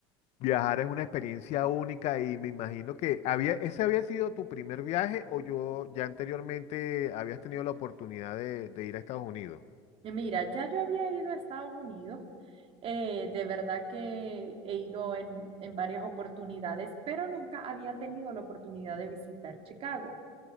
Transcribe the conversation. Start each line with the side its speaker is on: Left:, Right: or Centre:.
Left: viajar es una experiencia única y me imagino que había, ese había sido tu primer viaje o yo ya anteriormente habías tenido la oportunidad de, de ir a Estados Unidos.
Right: Mira, ya yo había ido a Estados Unidos, eh, de verdad que he ido en, en varias oportunidades, pero nunca había tenido la oportunidad de visitar Chicago.